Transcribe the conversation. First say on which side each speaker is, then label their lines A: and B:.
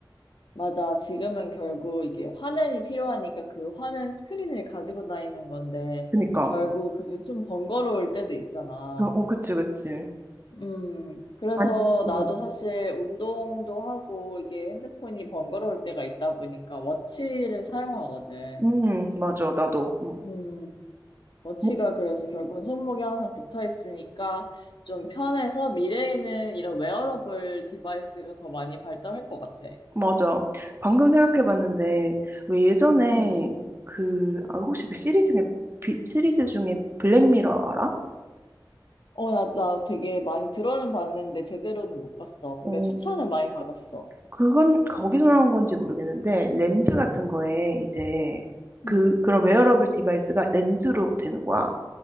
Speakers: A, on the left (about 75°); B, on the right (about 30°).
A: 맞아. 지금은 결국 이게 화면이 필요하니까 그 화면 스크린을 가지고 다니는 건데
B: 그니까.
A: 결국 그게 좀 번거로울 때도 있잖아.
B: 어, 어, 그치, 그치.
A: 음, 그래서
B: 안, 음,
A: 나도 사실 운동도 하고 이게 핸드폰이 번거로울 때가 있다 보니까 워치를 사용하거든.
B: 음, 맞아, 나도. 음,
A: 음, 워치가
B: 뭐,
A: 그래서 결국은 손목에 항상 붙어 있으니까 좀 편해서 미래에는 이런 웨어러블 디바이스가 더 많이 발달할 것 같아.
B: 맞아. 방금 생각해봤는데 왜 예전에
A: 음.
B: 그, 아, 혹시 그 시리즈 중에, 비- 시리즈 중에 블랙미러 알아?
A: 어, 나, 나 되게 많이 들어는 봤는데 제대로는 못 봤어. 근데
B: 어,
A: 추천을 많이 받았어.
B: 그건 거기서 나온 건지 모르겠는데 렌즈 같은 거에 이제 그
A: 음.
B: 그런 웨어러블 디바이스가 렌즈로 되는 거야.